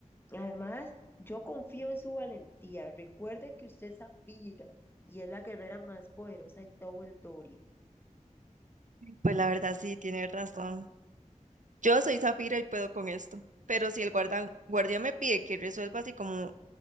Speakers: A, on the left; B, on the right.
A: Además, yo confío en su valentía. Recuerde que usted es Zafira y es la guerrera más poderosa de todo el Doria.
B: Pues la verdad sí, tiene razón. Yo soy Zafira y puedo con esto, pero si el guardan- guardia me pide que resuelva así como